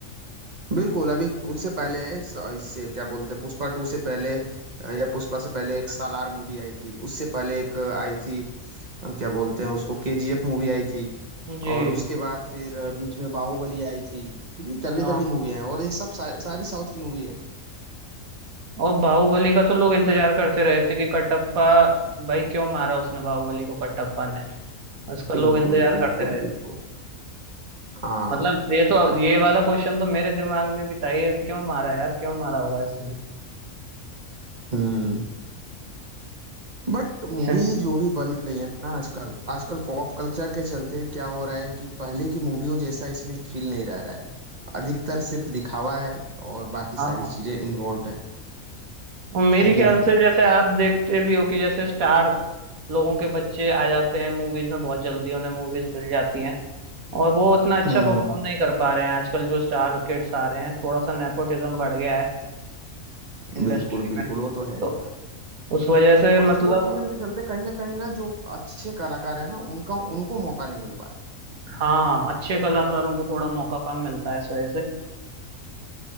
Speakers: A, on the right; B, on the right.
A: बिल्कुल अभी उससे पहले स- इससे क्या बोलते हैं पुष्पा टू से पहले अ, या पुष्पा से पहले एक सालार मूवी आई थी उससे पहले एक अ, आई थी अ, क्या बोलते हैं उसको केजीएफ मूवी आई थी
B: जी
A: और उसके बाद फिर बीच में बाहुबली आई थी कितनी तगड़ी
B: हाँ
A: तगड़ी मूवी है और ये सब सा, सारी साउथ की मूवी है
B: और बाहुबली का तो लोग इंतजार करते रहे थे कि कटप्पा भाई क्यों मारा उसने बाहुबली को कटप्पा ने उसका
A: बिल्कुल
B: लोग इंतजार
A: बिल्कुल
B: करते रहे
A: बिल्कुल
B: थे
A: हाँ
B: मतलब ये तो ये वाला क्वेश्चन तो मेरे दिमाग में भी था ये क्यों मारा यार क्यों मारा होगा इसने
A: हम्म बट मूवी
B: ऐसे
A: जो भी बन रही है ना आजकल आजकल पॉप कल्चर के चलते क्या हो रहा है कि पहले की मूवियों जैसा इसमें फील नहीं रह रहा है अधिकतर सिर्फ दिखावा है और बाकी
B: हाँ
A: सारी चीजें इन्वॉल्व है
B: और मेरे
A: है कि
B: ख्याल
A: नहीं
B: से जैसे आप देखते भी हो कि जैसे स्टार लोगों के बच्चे आ जाते हैं मूवीज में बहुत जल्दी उन्हें मूवीज मिल जाती हैं और वो उतना अच्छा
A: हम्म
B: परफॉर्म नहीं कर पा रहे हैं आजकल जो स्टार किड्स आ रहे हैं थोड़ा सा नेपोटिज्म बढ़ गया है इंडस्ट्री
A: बिल्कुल बिल्कुल
B: में
A: वो तो है
B: तो
A: ही
B: उस वजह से
A: और
B: मतलब
A: नेपोटिज्म के चलते कहीं ना कहीं ना जो अच्छे कलाकार है ना उनका उनको मौका नहीं मिल पा
B: हाँ अच्छे कलाकारों को थोड़ा मौका कम मिलता है इस वजह से